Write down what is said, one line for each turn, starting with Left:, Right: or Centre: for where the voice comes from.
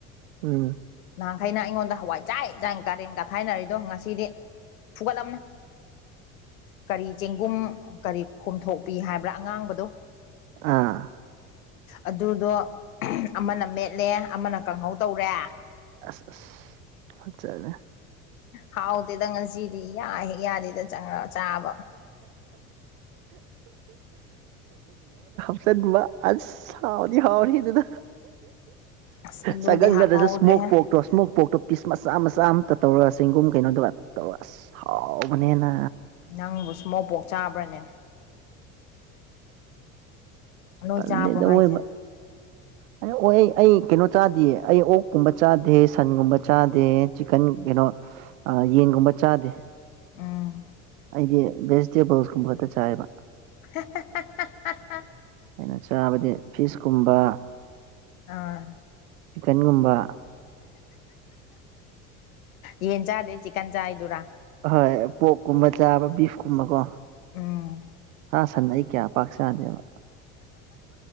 Right: ꯎꯝ
Left: ꯅꯍꯥꯟꯈꯩꯅ ꯑꯩꯉꯣꯟꯗ ꯍꯋꯥꯏ ꯆꯥꯏ ꯏꯥꯏ ꯀꯥꯔꯦꯟ ꯀꯥ ꯊꯥꯏꯅꯔꯤꯗꯣ ꯉꯁꯤꯗꯤ ꯐꯨꯒꯅ ꯀꯔꯤ ꯆꯦꯡꯒꯨꯝ ꯀꯔꯤ ꯈꯣꯝꯊꯣꯛꯄꯤ ꯍꯥꯏꯕ꯭ꯔꯥ ꯑꯉꯥꯡꯕꯗꯣ
Right: ꯑꯥ
Left: ꯑꯗꯨꯗꯣ ꯑꯃꯅ ꯃꯦꯠꯂꯦ ꯑꯃꯅ ꯀꯥꯡꯪꯍꯧ ꯇꯧꯔꯦ
Right: ꯑꯁ ꯑ ꯍꯆꯅꯦ
Left: ꯍꯥꯎꯗꯦꯗ ꯉꯁꯤꯗꯤ ꯌꯥꯍꯦꯛ ꯌꯥꯗꯦꯗ ꯆꯪꯉ ꯆꯥꯕ
Right: ꯆ ꯃꯥ ꯑ ꯍꯥꯎꯅꯤ ꯍꯥꯎꯅꯤ ꯑꯗꯨꯗ
Left: ꯑꯁ ꯑꯗꯨꯗꯤ
Right: ꯁꯒꯪ
Left: ꯍꯥꯞꯍꯧꯗ꯭ꯔꯦꯍꯦ
Right: ꯅꯠꯇ꯭ꯔꯁꯨ ꯏꯁꯃꯣꯛ ꯄꯣꯛꯇꯣ ꯏꯁꯃꯣꯛ ꯄꯣꯛꯇꯣ ꯄꯤꯁ ꯃꯆꯥ ꯃꯆꯥ ꯑꯃꯇ ꯇꯧꯔꯒ ꯆꯦꯡꯒꯨꯝ ꯀꯩꯅꯣꯗ ꯇꯧꯔꯒ ꯑꯁ ꯍꯥꯎꯕꯅꯦꯅ
Left: ꯅꯪꯕꯨ ꯁ ꯃꯧꯄꯣꯛ ꯆꯥꯕ꯭ꯔꯅꯦ ꯅꯣꯏ
Right: ꯇꯂꯦꯗ
Left: ꯆꯥꯕ꯭ꯔꯣ ꯍꯥꯏꯁꯦ
Right: ꯑꯣꯏꯕ ꯑ ꯑꯣꯏ ꯑꯩ ꯀꯩꯅꯣ ꯆꯥꯗꯦꯌꯦ ꯑꯩ ꯑꯣꯛꯀꯨꯝꯕ ꯆꯥꯗꯦ ꯁꯟꯒꯨꯝꯕ ꯆꯥꯗꯦ ꯆꯤꯛꯀꯟ ꯀꯩꯅꯣ ꯑ ꯌꯦꯟꯒꯨꯝꯕ ꯆꯥꯗꯦ
Left: ꯎꯝ
Right: ꯑꯩꯗꯤ ꯚꯦꯖꯤꯇꯦꯕꯜꯁꯀꯨꯝꯕꯇ ꯆꯥꯏꯌꯦꯕ
Left: <unintelligible>
Right: ꯑꯗꯨꯩꯅ ꯆꯥꯕꯗꯤ ꯐꯤꯁꯀꯨꯝꯕ
Left: ꯑꯥ
Right: ꯆꯤꯛꯀꯟꯒꯨꯝꯕ
Left: ꯌꯦꯟ ꯆꯥꯗꯦ ꯆꯤꯛꯀꯟ ꯆꯥꯏꯗꯨꯔꯥ
Right: ꯍꯣꯏ ꯄꯣꯛꯀꯨꯝꯕ ꯆꯥꯕ ꯕꯤꯐꯀꯨꯝꯕꯀꯣ
Left: ꯎꯝ
Right: ꯁꯥ ꯁꯟꯅ ꯑꯩ ꯀꯌꯥ ꯄꯥꯛ ꯆꯥꯗꯦꯕ